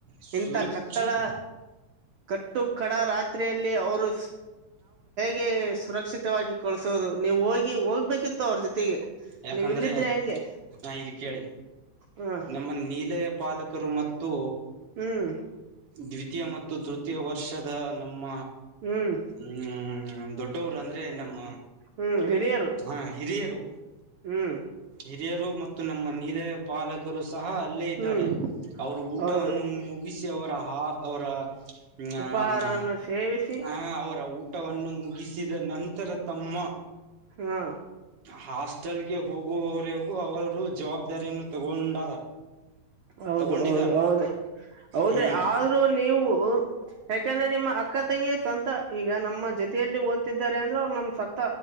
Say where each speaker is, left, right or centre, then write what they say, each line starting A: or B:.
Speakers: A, on the right; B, on the right.
A: ಸುರಕ್ಷಿತ
B: ಇಂಂತ ಕತ್ತಳ ಕಟ್ಟು ಕಡ ರಾತ್ರಿಯಲ್ಲಿ ಅವರು ಗೆ ಸುರಕ್ಷಿತವಾಗಿ ಕಳಸೋದು ನೀವು್ ಹೋಗಿ ಹೋಗ್ಬೇಕಿತ್ತು ಅವ್ರ ಜೊತೆಗೆ
A: ಯಾಕಂದ್ರೆ
B: ನೀವ್ ಇಲ್ಲಿದ್ರೆ ಹೆಂಗೆ
A: ನಾ ಇಲ್ಲಿ ಕೇಳಿ
B: ಹ್ಮ್
A: ನಮ್ಮ ನೀಲ ಪಾಲಕರು ಮತ್ತು
B: ಹ್ಮ್
A: ದ್ವಿತೀಯ ಮತ್ತು ತೃತೀಯ ವರ್ಷದ ನಮ್ಮ
B: ಹ್ಮ್
A: ಹ್ಮ್ ದೊಡ್ಡವರು ಅಂದ್ರೆ ನಮ್ಮ
B: ಹ್ಮ್ ಹಿರಿಯರು
A: ಹಾ ಹಿರಿಯರು
B: ಹ್ಮ್
A: ಹಿರಿಯರು ಮತ್ತು ನಮ್ಮ ನೀಲ ಪಾಲಕರು ಸಹ ಅಲ್ಲೇ ಇದ್ದಾರೆ
B: ಹ್ಮ್
A: ಅವರು ಊಟವನ್ನು
B: ಹೌದು
A: ಮುಗಿಸಿ ಅವರ ಅವರ ಹ
B: ಉಪಾಹಾರವನ್ನು ಸೇವಿಸಿ
A: ಹ ಅವರ ಊ ಮುಗಿಸಿದ ನಂತರ ತಮ್ಮ
B: ಹಾ
A: ಹಾಸ್ಟೆಲ್ಗೆ ಹೋಗುವವರೆಗೂ ಅವರು ಜವಾಬ್ದಾರಿಯನ್ನು ತಗೊಂಡ
B: ಹೌದು
A: ತಗೊಂಡಿದಾರ
B: ಹೌದು ಹೌದು ಹೌದ್ರೆ
A: ಹ್ಮ್
B: ಆದ್ರೂ ನೀವು ಯಾಕಂದ್ರೆ ನಿಮ್ಮ ಅ ಅಕ್ಕ ತಂಗಿಯ ಸಂತ ಈಗ ನಮ್ಮ ಜೊತೆಯಲ್ಲಿ ಓದ್ತಿದ್ದಾರೆ ಅಂದ್ರೆ ಅವ್ರು ನಮ್ಮ ಸತ್ತ